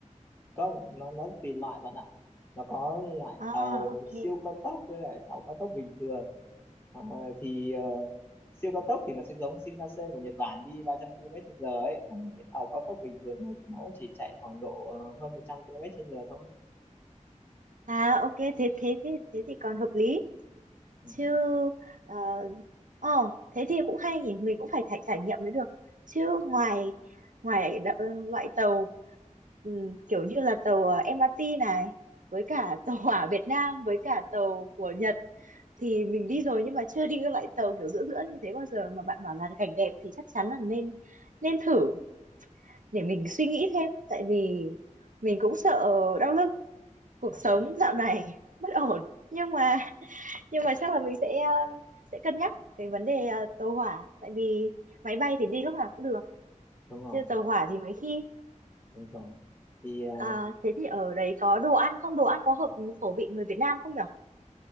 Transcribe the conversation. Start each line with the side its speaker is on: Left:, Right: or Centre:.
Left: không nó nó tùy loại bạn ạ nó có loại
Right: à
Left: tàu
Right: ok
Left: siêu cao tốc với lại tàu cao tốc bình thường à, thì ờ, siêu cao tốc thì nó sẽ giống Shinkansen của Nhật Bản đi 300 km trên giờ ấy còn cái tàu cao tốc bình thường ấy thì nó cũng chỉ chạy khoảng độ ờ, hơn 100 km trên giờ thôi
Right: à ok thế thế thế thế thì còn hợp lý
Left: Ừ,
Right: chứ ờ ờ, thế thì cũng hay nhỉ mình cũng phải trải trải nghiệm mới được chứ ngoài ngoài đ- loại tàu ừm, kiểu như là tàu ờ, MRT này với cả <laughs> tàu hỏa Việt Nam với cả tàu của Nhật thì mình đi rồi nhưng mà chưa đi cái loại tàu kiểu giữa giữa như thế bao giờ mà bạn bảo là cảnh đẹp thì chắc chắn là nên nên thử để mình suy nghĩ thêm tại vì mình cũng sợ đau lưng cuộc
Left: dạ,
Right: sống dạo này bất ổn nhưng mà nhưng mà chắc là mình sẽ ờ, sẽ cân nhắc cái vấn đề ờ, tàu hỏa tại vì máy bay thì đi lúc nào cũng được
Left: đúng rồi
Right: chứ tàu hỏa thì mấy khi
Left: đúng rồi thì ờ,
Right: Ờ, thế thì ở đấy có đồ ăn không đồ ăn có hợp khẩu vị người Việt Nam không nhở